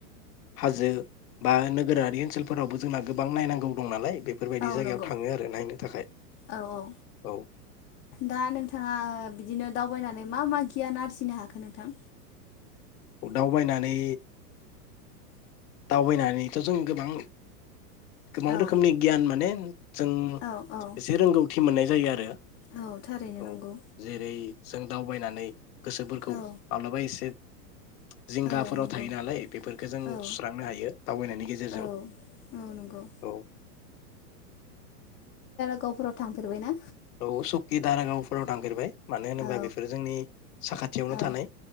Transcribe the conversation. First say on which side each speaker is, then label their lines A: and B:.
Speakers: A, on the left; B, on the left.
A: हाजो बा नोगोरारि ओनसोलफोरावबो जोंना गोबां नायनांगौ दं नालाय बेफोरबायदि
B: औ
A: जायगायाव
B: नंगौ
A: थाङो आरो नायनो थाखाय
B: औ औ
A: औ
B: दा नोंथाङा बिदिनो दाव बायनानै मा मा गियान आरजिनो हाखो नोंथां
A: दावबायनानै दावबायनानैथ' जों गोबां गोबां
B: औ
A: रोखोमनि गियान माने जों
B: औ औ
A: एसे रोंगौथि मोननाय जायो आरो
B: औ थारैनो
A: औ
B: नंगौ
A: जेरै जों दावबायनानै गोसोफोरखौ
B: औ
A: माब्लाबा एसे जिंगाफोराव
B: औ नंगौ
A: थायो नालाय बेफोरफोरखो जों
B: औ
A: सुस्रांनो हायो दावबायनायनि गेजेरजों
B: औ औ नंगौ
A: औ
B: गावफोराव थांफेरबाय ना?
A: औ सुकि दारागावफोराव थांफेरबाय मानो होनोबा
B: औ
A: बेफोरो जोंनि साखाथियावनो
B: औ
A: थानाय